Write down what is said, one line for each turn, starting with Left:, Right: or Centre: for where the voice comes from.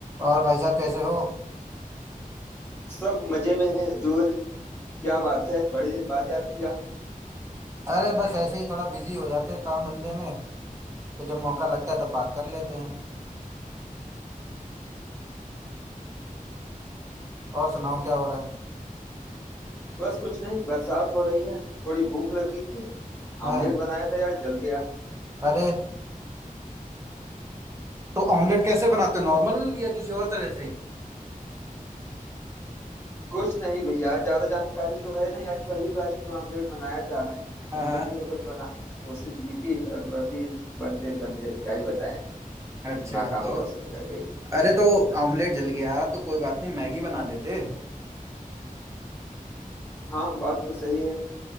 Right: और भाई साहब कैसे हो
Left: सब मजे में है हुजूर क्या बात है बड़े दिन बाद याद किया
Right: अरे बस ऐसे ही थोड़ा बिजी हो जाते हैं काम धंधे में तो जब मौका लगता है तब बात कर लेते हैं और सुनाओ क्या हो रहा है
Left: बस कुछ नहीं बरसात हो रही है थोड़ी भूख लगी थी
Right: हाँ
Left: आमलेट बनाया था यार जल गया
Right: अरे तो ऑमलेट कैसे बनाते हो नॉर्मल या किसी और तरह से ही
Left: कुछ नहीं भैया ज्यादा जानकारी तो है नहीं आज पहली बार ही तो आमलेट बनाया था
Right: हाँ
Left: जिंदगी
Right: हाँ
Left: में कुछ बनाने की कोशिश भी की और वह भी बनते बनते अब क्या ही बताएं
Right: अच्छा
Left: नाकाम
Right: तो
Left: कोशिश रह गई
Right: अरे तो ऑमलेट जल गया तो कोई बात नहीं मैगी बना लेते
Left: हाँ बात तो सही है